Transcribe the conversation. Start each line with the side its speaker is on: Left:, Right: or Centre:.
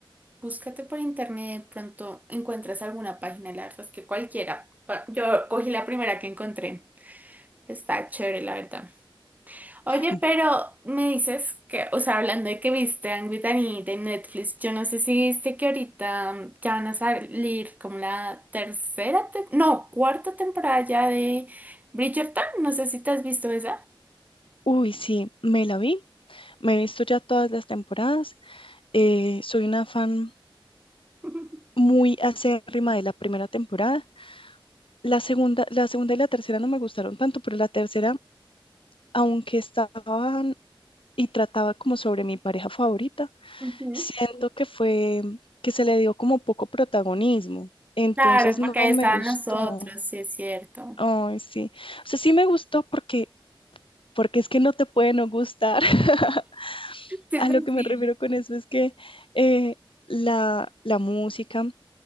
Right: búscate por internet, de pronto encuentras alguna página, la verdad es que cualquiera. pa- Yo cogí la primera que encontré. Está chévere, la verdad. Oye,
Left: Mm,
Right: pero me dices que, o sea, hablando de que viste Angry Birds de Netflix, yo no sé si viste que ahorita mm, ya van a salir como la tercera, tem- no, cuarta temporada ya de Bridgerton, no sé si te has visto esa.
Left: Uy, sí, me la vi. Me he visto ya todas las temporadas. Eh, soy una fan
Right: <laughs>
Left: muy acérrima de la primera temporada. La segunda, la segunda y la tercera no me gustaron tanto, pero la tercera, aunque estaban y trataba como sobre mi pareja favorita,
Right: Ujú.
Left: siento que fue que se le dio como poco protagonismo. Entonces
Right: Claro, porque
Left: no
Right: ahí
Left: me
Right: estaban
Left: gustó.
Right: nosotros, sí es cierto.
Left: Ay, sí. O sea, sí me gustó porque, porque es que no te puede no gustar. <laughs>
Right: Sí,
Left: A
Right: pues
Left: lo que
Right: sí,
Left: me refiero con eso es que eh, la, la música